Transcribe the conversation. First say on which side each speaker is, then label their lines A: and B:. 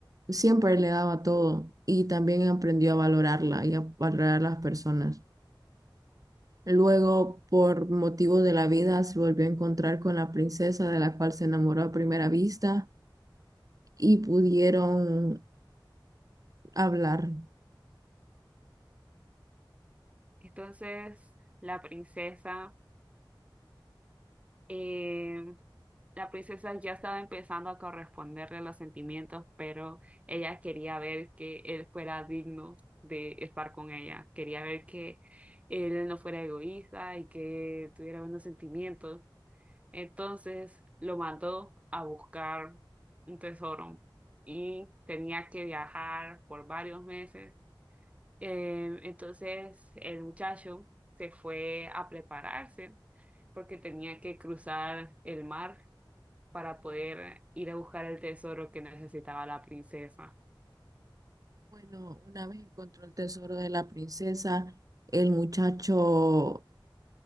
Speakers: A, on the right; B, on the right.
A: siempre le daba todo y también aprendió a valorarla y a valorar a las personas. Luego, por motivos de la vida, se volvió a encontrar con la princesa de la cual se enamoró a primera vista y pudieron hablar.
B: <laughs> Entonces la princesa, eh, la princesa ya estaba empezando a corresponderle los sentimientos, pero ella quería ver que él fuera digno de estar con ella. Quería ver que él no fuera egoísta y que tuviera buenos sentimientos. Entonces lo mandó a buscar un tesoro y tenía que viajar por varios meses. Eh, entonces el muchacho se fue a prepararse porque tenía que cruzar el mar para poder ir a buscar el tesoro que necesitaba la princesa.
A: Bueno, una vez encontró el tesoro de la princesa, el muchacho